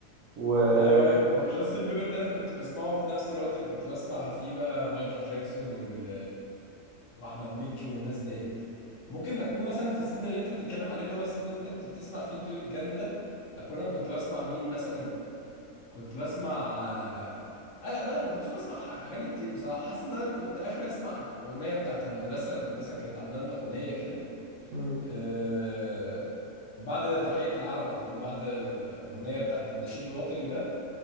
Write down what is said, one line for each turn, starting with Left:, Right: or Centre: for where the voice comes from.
Right: و One
Left: ايوه
Right: Direction. و-
Left: ايوه ما جاستن بيبر ده انا كنت بسمعه في نفس الوقت اللي كنت بسمع فيه بقى مايكل جاكسون وال واحمد مكي والناس ديت ممكن اكون مثلا في السن اللي انت بتتكلم عليه اللي هو السن اللي انت كنت بتسمع فيه طيور الجنه ده اكون انا كنت بسمع مين مثلا كنت بسمع آه لا ما كنتش بسمع ح- اغاني كتير بصراحه حاسس ان انا كنت اخر اسمع الاغنيه بتاعت المدرسه المدرسه كانت عامله لنا اغنيه كده
Right: مم.
Left: آه بعد تحيه العلم على طول بعد الاغنيه بتاعت النشيد الوطني ده